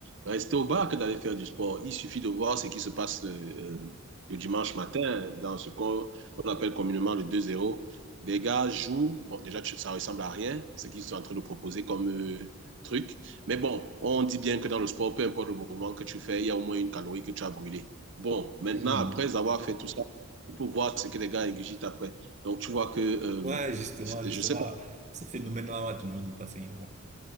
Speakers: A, on the right; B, on the right.
A: rester au bar que d'aller faire du sport. Il suffit de voir ce qui se passe euh, euh, le dimanche matin dans ce qu'on on appelle communément le deux zéro Les gars jouent, bon, déjà, tu- ça ressemble à rien, ce qu'ils sont en train de proposer comme euh, truc. Mais bon, on dit bien que dans le sport, peu importe le mouvement que tu fais, il y a au moins une calorie que tu as brûlée. Bon, maintenant,
B: Mhm.
A: après avoir fait tout ça, il faut voir ce que les gars ingurgitent après. Donc, tu vois que, euh,
B: Ouais, justement,
A: je
B: justement,
A: sais pas,
B: ce phénomène-là m'a toujours dépassé, gars.